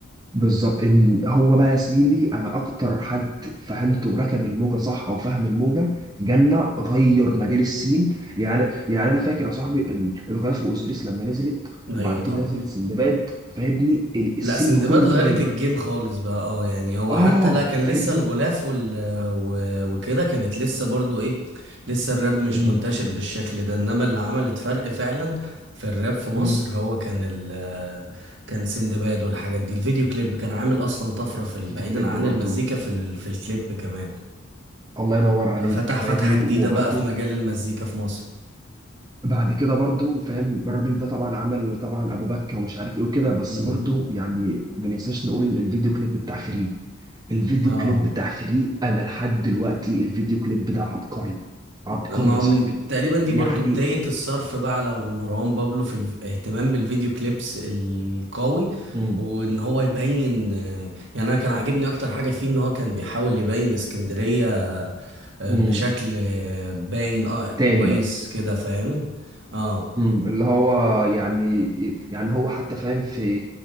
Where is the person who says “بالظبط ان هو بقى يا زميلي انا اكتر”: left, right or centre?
Right